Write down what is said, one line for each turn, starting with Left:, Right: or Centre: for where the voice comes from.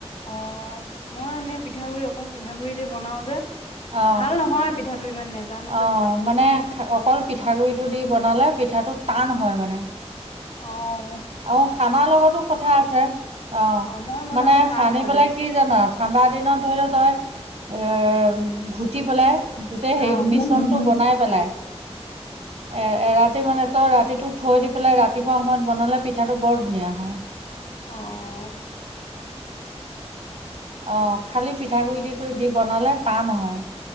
Left: অ মই এনেই পিঠাগুৰি অকল পিঠাগুৰি দি বনাও যে।
Right: অ
Left: ভাল নহয় পিঠাটো ইমান নেজানো যে
Right: আহ
Left: বনাবলৈ
Right: মানে অকল পিঠাগুৰিটো দি বনালে। পিঠাটো টান হয় মানে।
Left: অঁহ।
Right: আও খানাৰ লগতো কথা আছে অ।
Left: মই বনালো
Right: মানে
Left: টান
Right: সানি
Left: হয়
Right: পেলাই
Left: মানে
Right: কি জানা ঠাণ্ডা দিনত ধৰি লও তই। এৰ ঘুটি পেলাই গোটেই হেৰিটো
Left: অ
Right: মিশ্ৰণটো
Left: উম
Right: বনাই পেলাই। এ এৰাতি মানে তই ৰাতিটো থৈ দি। পেলাই ৰাতিপুৱা সময়ত বনালে পিঠাটো বৰ ধুনীয়া হয়।
Left: অ-অ
Right: অ খালি পিঠাগুৰি দিটো দি বনালে টান নহয়।